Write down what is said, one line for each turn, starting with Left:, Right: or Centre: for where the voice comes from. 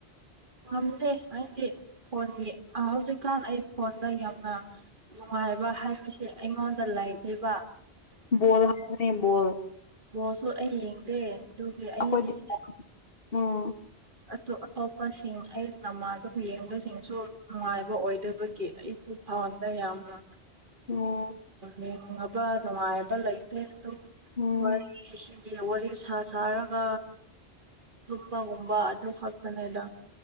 Right: ꯉꯝꯖꯩ ꯑꯩꯗꯤ ꯐꯣꯟꯒꯤ ꯍꯧꯖꯤꯛꯀꯥꯟ ꯑꯩ ꯐꯣꯟꯗ ꯌꯥꯝꯅ ꯅꯨꯡꯉꯥꯏꯕ ꯍꯥꯏꯕꯁꯤꯦ ꯑꯩꯉꯣꯟꯗ ꯂꯥꯏꯊꯩꯕ
Left: ꯣꯜ ꯍꯥꯏꯅꯤꯕꯣ
Right: ꯕꯣꯁꯨ ꯑꯩ ꯌꯦꯡꯗꯦ ꯑꯗꯨꯒꯤ ꯑꯩꯒꯤꯁꯦ
Left: ꯑꯩꯈꯣꯏꯗꯤ ꯎꯝ
Right: ꯑꯣ ꯑꯇꯣꯞꯄꯁꯤꯡ ꯑꯩ ꯅꯃꯥ ꯑꯗꯨꯝ ꯌꯦꯡꯕꯁꯤꯡꯁꯨ ꯅꯨꯡꯉꯥꯏꯕ ꯑꯣꯏꯗꯕꯒꯤ ꯀ ꯑꯩꯁꯨ ꯐꯥꯎꯗ ꯌꯥꯝꯅ
Left: ꯎꯝ ꯎꯝ
Right: ꯌꯦꯡꯉꯕ ꯅꯨꯡꯉꯥꯏꯕ ꯂꯩ ꯑꯗꯨ
Left: ꯎꯝ
Right: ꯍ ꯒꯤ ꯋꯥꯔꯤ ꯁꯥ ꯁꯥꯔꯒ ꯊꯠꯄꯒꯨꯝꯕ ꯑꯗꯨ ꯈꯛꯇꯅꯦꯗ